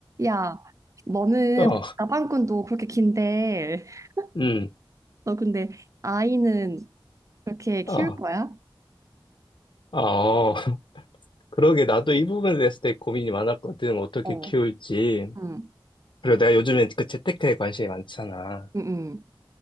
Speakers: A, on the right; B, on the left.
A: 야, 너는
B: 어,
A: 나방꾼도 그렇게 긴데,
B: 음,
A: <laughs> 너 근데 아이는 그렇게 키울
B: 어,
A: 거야?
B: 어. <laughs> 그러게 나도 이 부분에 대해서 되게 고민이 많았거든. 어떻게
A: 어,
B: 키울지.
A: 응,
B: 그리고 내가 요즘에 그 재테크에 관심이 많잖아.
A: 응, 응.